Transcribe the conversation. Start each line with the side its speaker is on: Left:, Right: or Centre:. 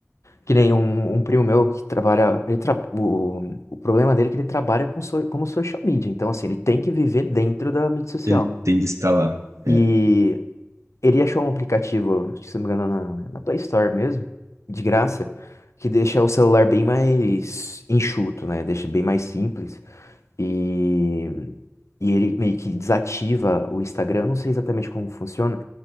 Left: Que nem um, um primo meu que trabalha. Ele tra... o, o problema dele é que ele trabalha com so- como social media. Então, assim, ele tem que viver dentro da mídia social.
Right: ele tem de estar lá.
Left: E
Right: É,
Left: ele achou um aplicativo, acho que se não me engano, na, na Play Store mesmo, de graça, que deixa o celular bem mais enxuto, né? Deixa bem mais simples. E, e ele meio que desativa o Instagram. Eu não sei exatamente como funciona,